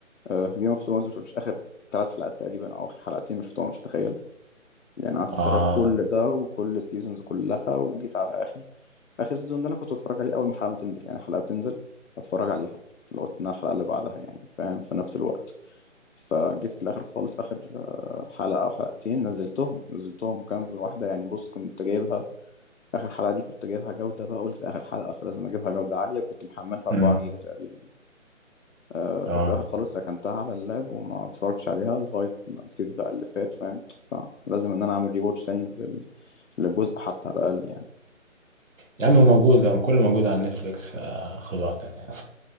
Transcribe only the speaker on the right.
اه
امم
اه
يا عم موجود كله موجود على نتفليكس فخد وقتك يعني